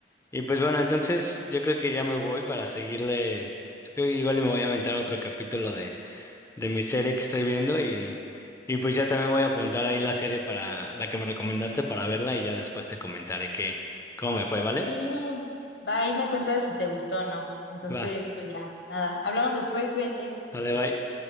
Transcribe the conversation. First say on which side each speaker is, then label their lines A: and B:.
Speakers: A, on the left; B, on the left.
A: Y pues bueno, entonces yo creo que ya me voy para seguirle. Yo creo que igual y me voy a aventar otro capítulo de, de mi serie que estoy viendo y, y pues ya también voy a apuntar ahí la serie para la que me recomendaste para verla y ya después te comentaré que cómo me fue, ¿vale?
B: Sí, va y me cuentas si te gustó o no. Entonces,
A: Va,
B: pues ya, nada. Hablamos después, cuídate.
A: dale, bye.